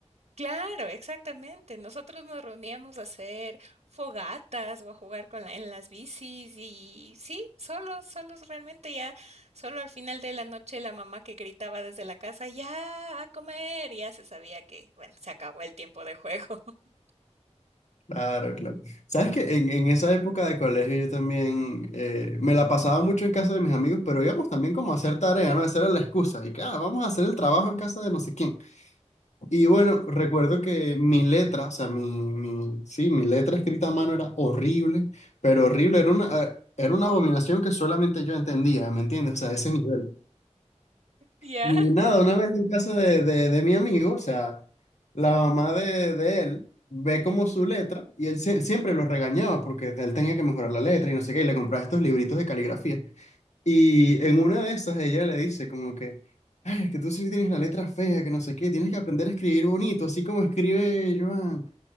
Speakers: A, on the right; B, on the left.
A: Claro, exactamente. Nosotros nos reuníamos a hacer fogatas o a jugar con la- en las bicis y sí, solos, solos realmente ya, solo al final de la noche la mamá que gritaba desde la casa, ya a comer, ya se sabía que, bueno, se acabó el tiempo de juego. <laughs>
B: Claro, claro. Sabes que en, en esa época de colegio yo también eh, me la pasaba mucho en casa de mis amigos, pero íbamos también como a hacer tarea, ¿no? Esa era la excusa. Y que, ah, vamos a hacer el trabajo en casa de no sé quién. Y bueno, recuerdo que mi letra, o sea, mi, mi- sí, mi letra escrita a mano era horrible, pero horrible, era una, eh, era una abominación que solamente yo entendía, ¿me entiendes? O sea, ese nivel.
A: Ya.
B: Y nada, una vez en casa de, de- de mi amigo, o sea, la mamá de, de él ve como su letra y él sie- siempre lo regañaba porque él tenía que mejorar la letra y no sé qué, y le compraba estos libritos de caligrafía. Y en una de esas ella le dice como que, ay, que tú sí tienes la letra fea, que no sé qué, tienes que aprender a escribir bonito, así como escribe Joan.